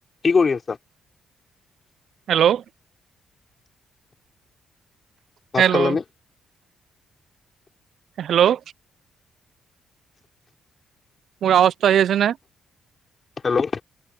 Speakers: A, on the left; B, on the right.
A: কি কৰি আছা?
B: হেল্ল'
A: ভাত
B: হেল্ল'
A: খালানে?
B: হেল্ল' মোৰ আৱাজটো আহিছে নে?
A: হেল্ল'